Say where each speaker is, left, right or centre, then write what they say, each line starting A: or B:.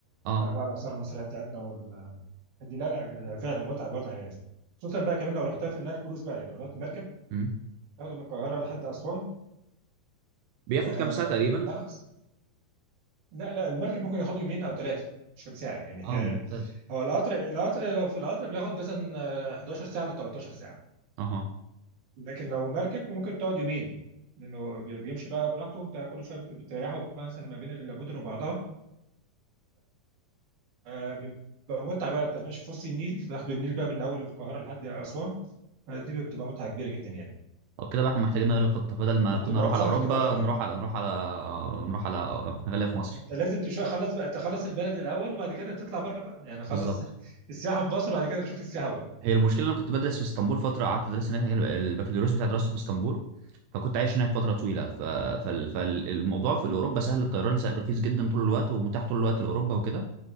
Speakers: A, on the right; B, on the right.
A: اه
B: أربعة الآثار المصرية بتاعتنا وال دي لا لا يعني فعلا متعة متعة يعني خصوصا بقى كمان لو رحتها في النيل كروز بقى يعني لو رحت مركب
A: أمم.
B: تاخده من القاهرة لحد أسوان
A: بياخد
B: آه،
A: كام ساعه تقريبا
B: لا لا المركب ممكن ياخد يومين أو ثلاثة مش كام ساعة يعني
A: اه
B: <laughs>
A: ممتاز
B: هو القطر القطر لو في القطر بياخد مثلا آه، 11 ساعة ل 13 ساعة
A: اها
B: لكن لو مركب ممكن تقعد يومين لانه بي- بيمشي بقى براحته وانت كل شويه بت- بتريحه بقى مثلا ما بين المدن وبعضها فبيبقى متعه بقى انت ماشي في وسط النيل باخد النيل بقى من اول القاهره لحد اسوان دي بتبقى متعه كبيره جدا يعني
A: طب كده بقى احنا محتاجين نغير الخطة بدل ما
B: هتبقى
A: كنا نروح
B: انصحك
A: على أوروبا
B: تجربها
A: نروح
B: يعني
A: على نروح على نروح على خلينا في مصر
B: انت لازم تشوف خلص بقى تخلص البلد الاول وبعد كده تطلع بره بقى يعني خلص
A: بالظبط
B: <laughs> السياحه في مصر وبعد كده تشوف السياحه بره
A: هي المشكلة إن أنا كنت بدرس في اسطنبول فترة قعدت أدرس هناك يعني البكالوريوس بتاعي درسته في اسطنبول فكنت عايش هناك فترة طويلة ف... فال... فالموضوع في أوروبا سهل الطيران سهل رخيص جدا طول الوقت ومتاح طول الوقت لأوروبا وكده